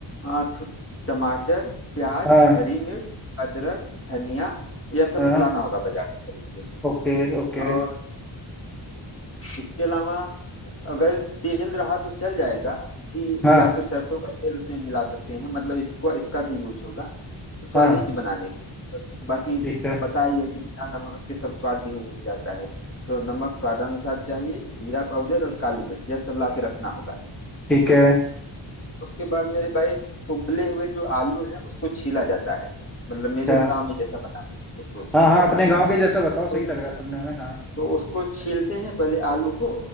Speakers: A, on the left; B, in the centre.
A: आ, थु- टमाटर प्याज
B: हाँ
A: हरी मिर्च अदरक धनिया यह सब
B: हाँ
A: लाना होगा बाजार से खरीद के
B: Okay okay
A: और इसके अलावा अगर तेल रहा तो चल जाएगा घी
B: हाँ
A: या फिर सरसों का तेल उसमें मिला सकते हैं मतलब इसको इसका भी यूज होगा स्वादिष्ट
B: हाँ
A: बनाने के और बाकी
B: ठीक है
A: पता ही है कि बिना नमक के सब स्वाद विहीन हो जाता है तो नमक स्वादानुसार चाहिए जीरा पाउडर और काली मिर्च यह सब ला के रखना होगा
B: ठीक है
A: उसके बाद मेरे भाई उबले हुए जो आलू है उसको छीला जाता है मतलब मेरे
B: अच्छा
A: गांव में जैसा बनाते हैं उस प्रोसेस
B: हाँ
A: को
B: हाँ
A: बताता
B: अपने गांव
A: हूँ
B: के जैसे बताओ सही
A: तो
B: लग रहा है सुनने में हाँ
A: तो उसको छीलते हैं पहले आलू को